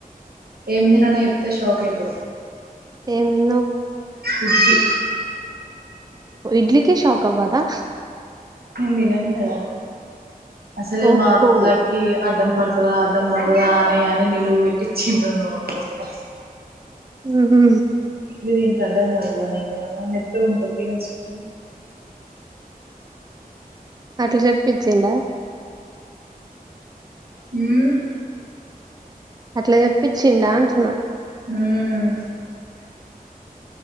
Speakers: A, on the right; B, on the right.
A: ఏం తిన్నాను చెప్తే షాక్ అవుతు
B: ఏం తిన్నావ్
A: ఇడ్లీ
B: ఇడ్లీకే షాక్ అవ్వదా
A: నేను తిన్నంకధ అసలే
B: ఓహో
A: మాట్లాకి అడ్డం తా అడ్డం పడతద అని అని నిలువు పెట్టిచ్చు ండు నువ్ దగ్గర
B: హ్మ్ హు
A: ఇల్ తింటే అడ్డం పడతదా నీకేమన్నా మెత్తగుంటది తినొచ్చు కదా
B: అట్ల చెప్పిచ్చిండా
A: హ్మ్
B: అట్ల చెప్పిచ్చిండా అంటున్నా
A: హ్మ్